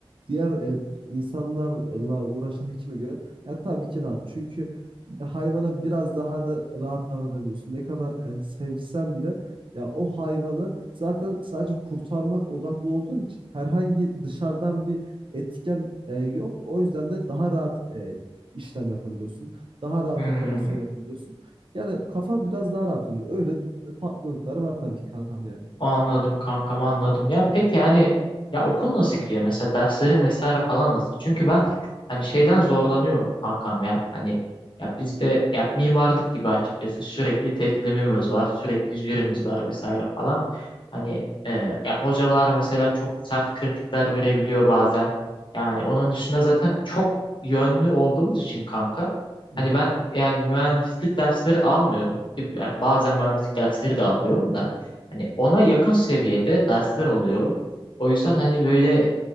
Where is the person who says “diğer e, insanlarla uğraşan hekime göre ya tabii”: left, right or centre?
Right